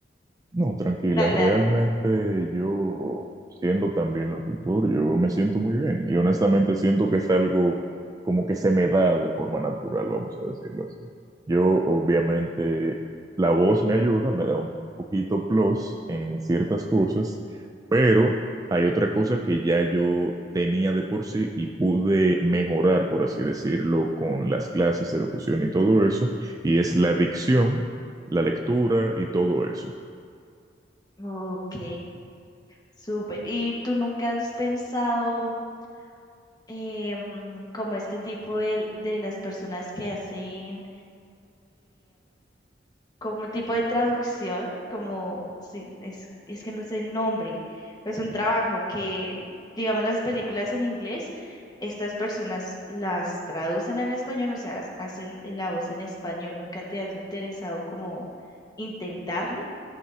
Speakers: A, on the right; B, on the left.
A: No, tranquila,
B: Dale,
A: realmente
B: dale.
A: yo, siendo también locutor, yo me siento muy bien y honestamente siento que es algo como que se me da de forma natural, vamos a decirlo así. Yo obviamente la voz me ayuda, me da un poquito plus en ciertas cosas, pero hay otra cosa que ya yo tenía de por sí y pude mejorar, por así decirlo, con las clases de locución y todo eso, y es la dicción, la lectura y todo eso.
B: Ok, súper. ¿Y tú nunca has pensado em, como este tipo de, de las personas que hacen como un tipo de traducción, como, sí, es, es que no sé el nombre, pero es un trabajo que, digamos, las películas en inglés, estas personas las traducen al español, o sea, hacen la voz en español. ¿Nunca te ha interesado como intentarlo?